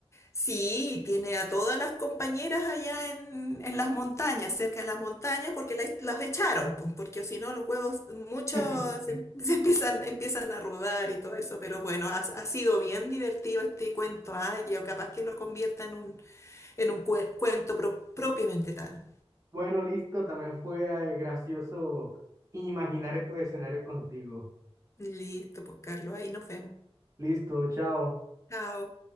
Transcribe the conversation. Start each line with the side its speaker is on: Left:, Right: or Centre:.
Left: Sí, tiene a todas las compañeras allá en, en las montañas, cerca de las montañas, porque la- los echaron, pues, porque si no los huevos, muchos
Right: <laughs>
Left: se, se empiezan, empiezan a arrugar y todo eso, pero bueno, ha, ha sido bien divertido este cuento, ay, yo capaz que lo convierta en un, en un cue- cuento pro- propiamente tal.
Right: Bueno, listo, también fue eh, gracioso imaginar estos escenarios contigo.
Left: Listo, pues Carlos, ahí nos vemos.
Right: Listo, chao.
Left: Chao.